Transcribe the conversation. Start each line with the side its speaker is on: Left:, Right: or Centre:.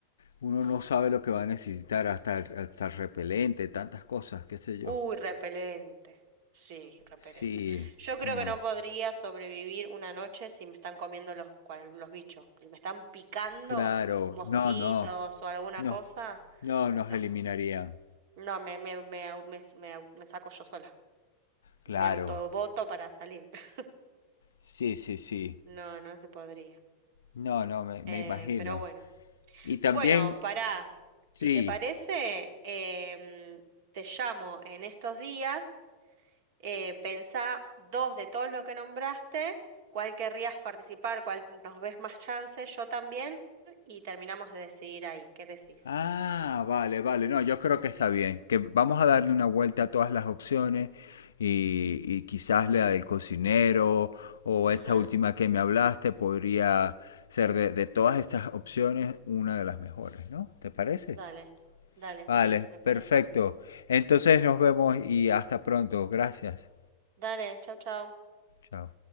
Left: uno
Right: Mm.
Left: no sabe lo que va a necesitar, hasta, el- hasta el repelente, tantas cosas, qué sé yo.
Right: Uy, repelente. Sí, repelente.
Left: Sí,
Right: Yo creo
Left: bueno,
Right: que no podría sobrevivir una noche si me están comiendo los, cual- los bichos. Si me están picando
Left: claro,
Right: mosquitos
Left: no, no,
Right: o alguna
Left: no,
Right: cosa,
Left: no nos
Right: no.
Left: eliminarían,
Right: No, me, me, me, au- me, s- me au- me saco yo sola.
Left: claro,
Right: Me autoboto para salir. <laughs>
Left: sí, sí, sí,
Right: No, no se podría.
Left: no, no, me, me
Right: Eh,
Left: imagino.
Right: pero bueno.
Left: Y también,
Right: Bueno, pará. Si
Left: sí,
Right: te parece, em, te llamo en estos días Eh, pensá dos de todos los que nombraste, cuál querrías participar, cuál nos ves más chance, yo también, y terminamos de decidir ahí. ¿Qué decís?
Left: Ah, vale, vale. No, yo creo que está bien. Que vamos a darle una vuelta a todas las opciones y, y quizás la del cocinero o
Right: Ujú,
Left: esta última que me hablaste podría ser de, de todas estas opciones una de las mejores, ¿no? ¿Te parece?
Right: Dale, dale,
Left: Vale,
Right: sí, me parece.
Left: perfecto. Entonces nos vemos y hasta pronto. Gracias.
Right: Dale, chau, chau.
Left: Chao.